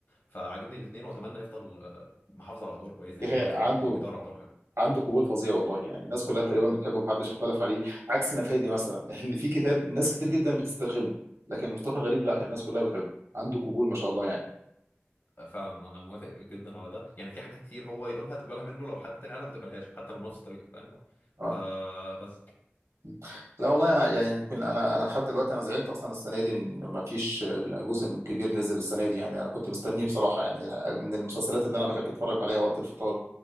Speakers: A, on the left (about 50°); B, on the right (about 85°).
A: فعاجبني الاثنين واتمنى يفضل آه، محافظ على ادوار كويسه
B: <laughs>
A: يعني
B: إيه،
A: اللي هو يفضل
B: عنده
A: بيدور على ادوار حلوه
B: عنده قبول فظيع والله يعني الناس كلها تقريبا بتحبه محدش اختلف عليه عكس نفادي مثلا <laughs> ان في كتير ناس كتير جدا بتسترخمه لكن مصطفى غريب لا الناس كلها بتحبه عنده قبول ما شاء الله يعني
A: فعلا انا موافق جدا على ده يعني في حاجات كتير هو يقولها تقبلها منه لو حد تاني قالها ما تقبلهاش حتى لو بنفس الطريقه فاهم
B: اه
A: فبس
B: مم. لا والله انا يعني يمكن انا انا لحد دلوقتي انا زعلت اصلا السنه دي ان ما فيش جزء من الكبير نزل السنه دي يعني انا كنت مستنيه بصراحه يعني من المسلسلات اللي انا بحب اتفرج عليها وقت الفطار